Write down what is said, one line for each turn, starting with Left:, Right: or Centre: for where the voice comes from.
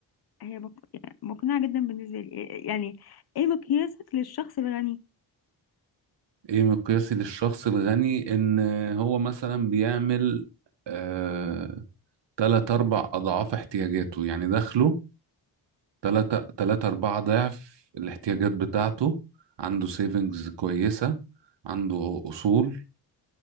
Left: هي مق- يعني مقنعه جدا بالنسبه لي إيه- يعني ايه مقياسك للشخص الغني
Right: إيه مقياسي للشخص الغني إن هو مثلا بيعمل آه تلات أربع أضعاف احتياجاته يعني دخله تلاتة تلاتة أربعة ضعف الاحتياجات بتاعته عنده سيفنجز كويسة عنده أصول